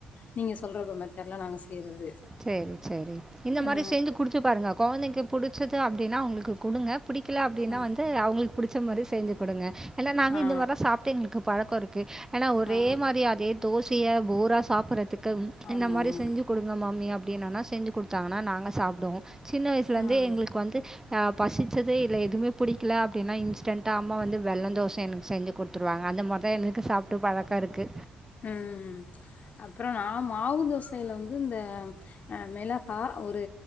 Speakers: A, on the left; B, on the right.
A: நீங்க சொல்ற மெ மெத்தர்ட்ல நாங்க செய்றது
B: சரி சரி இந்த மாரி
A: ஆ
B: செஞ்சு குடுத்து பாருங்க கொழந்தைக்கு புடிச்சது அப்டின்னா அவங்களுக்கு குடுங்க பிடிக்கல அப்டின்னா
A: ஆ
B: வந்து அவங்களுக்கு பிடிச்ச மாரி செஞ்சு குடுங்க ஏனா நாங்க
A: ஆ
B: இந்த மாரிலா சாப்ட்டு எங்களுக்கு பழக்கோ இருக் கு ஏனா ஒரே
A: ஆ
B: மாரி அதே தோசைய போரா சாப்பிறதுக்கு
A: ஆமா
B: இந்த மாரி
A: ஆமா
B: செஞ்சு குடுங்க மம்மி அப்டின்னன்னா செஞ்சு குடுத்தாங்கன்னா நாங்க சாப்டுவோ சின்ன வயசுலருந்தே
A: ஆ
B: எங்களுக் வந்து அ பசிச்சதே இல்லை எதுமே பிடிக்கல அப்டின்னா இன்ஸ்டண்ட்டா அம்மா வந்து வெல்லந்தோசை எனக்கு செஞ்சு குடுத்துருவாங்க அந்த மாரி தா எனக்கு சாப்ட்டு பழக்கோ இருக்கு
A: ம் ம் அப்புறோ நா மாவு தோசைல வந்து இந்த அ மிளகா ஒரு